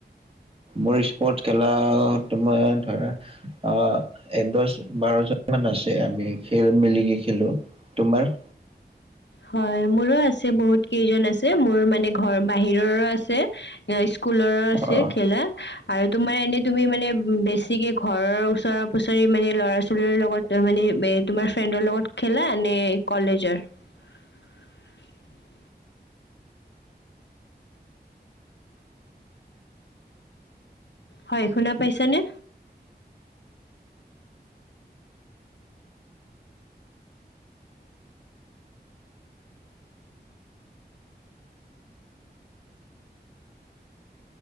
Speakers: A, on the right; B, on the left.
A: মোৰ স্পৰ্টছ খেলা, তোমাৰ ধৰা, অ' এ দশ-বাৰজন মান আছে, আমি খেল মিলিকে খেলো। তোমাৰ?
B: হয়, মোৰো আছে বহুত কেইজন আছে। মোৰ মানে ঘৰ বাহিৰৰো আছে। স্কুলৰো আছে
A: অ'
B: খেলা। আৰু তোমাৰ এনেই তুমি মানে বেছিকে ঘৰৰ ওচৰে-পুচৰি মানে ল'ৰা-ছোৱালীৰ লগত মানে, তোমাৰ ফ্ৰেণ্ডৰ লগত খেলা, নে কলেজৰ? <inaudible> হয়, শুনা পাইছানে?